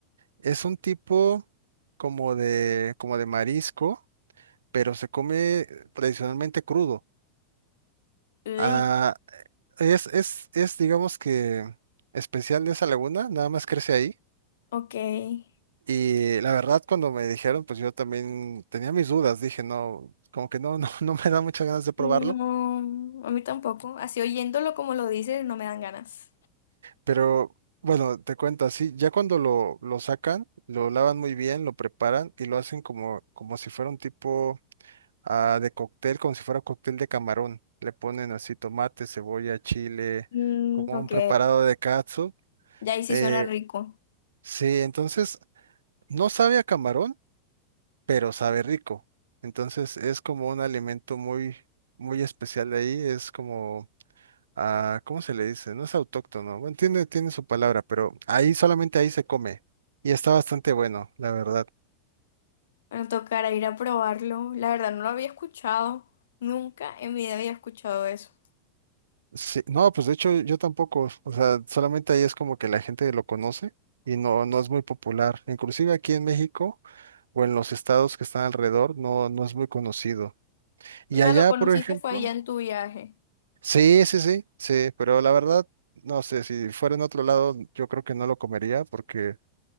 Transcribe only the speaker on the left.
Uy,
ok.
No, a mí tampoco. Así oyéndolo como lo dices, no me dan ganas.
Mm,
ok.
Ya ahí sí
suena rico.
Bueno, tocará ir a probarlo. La verdad no lo había escuchado. Nunca en mi vida había escuchado eso.
O sea,
lo conociste
fue allá en tu viaje.